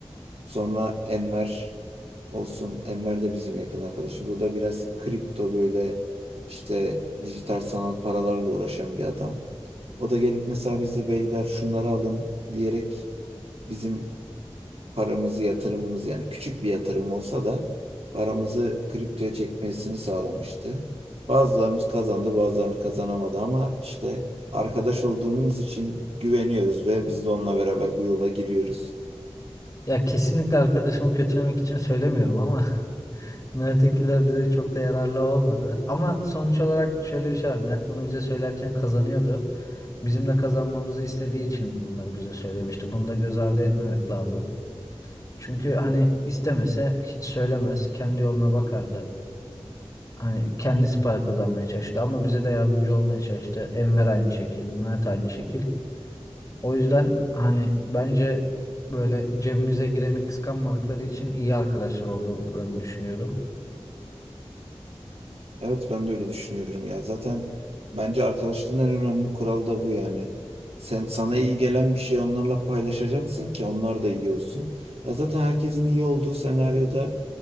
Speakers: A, on the right (about 65°); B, on the left (about 30°).
A: Sonra Enver olsun. Enver de bizim yakın arkadaşımız. O da biraz kripto böyle işte dijital sanal paralarla uğraşan bir adam. O da gelip mesela bize beyler şunları alın diyerek bizim paramızı yatırımımız yani küçük bir yatırım olsa da paramızı kriptoya çekmesini sağlamıştı. Bazılarımız kazandı, bazılarımız kazanamadı ama işte arkadaş olduğumuz için güveniyoruz ve biz de onunla beraber bu yola giriyoruz.
B: Ya kesinlikle arkadaşımı kötülemek için söylemiyorum ama <laughs> Mert'inkiler bize çok da yararlı olmadı. Ama sonuç olarak şöyle bir şey var. Mert bunu bize söylerken kazanıyordu. Bizim de kazanmamızı istediği için bunları bize söylemişti. Bunu da göz ardı etmemek lazım. Çünkü hani istemese hiç söylemez. Kendi yoluna bakardı. Hani kendisi para kazanmaya çalıştı ama bize de yardımcı olmaya çalıştı. Enver aynı şekil, Mert aynı şekil. O yüzden hani bence böyle cebimize gireni kıskanmadıkları için iyi arkadaşlar olduklarını düşünüyorum.
A: Evet ben de öyle düşünüyorum ya. Zaten bence arkadaşlığın en önemli kuralı da bu yani. Sen sana iyi gelen bir şeyi onlarla paylaşacaksın ki onlar da iyi olsun. Ya zaten herkesin iyi olduğu senaryoda